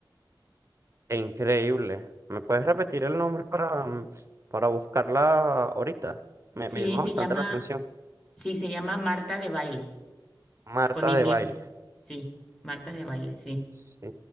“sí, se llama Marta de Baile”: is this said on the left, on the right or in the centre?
Centre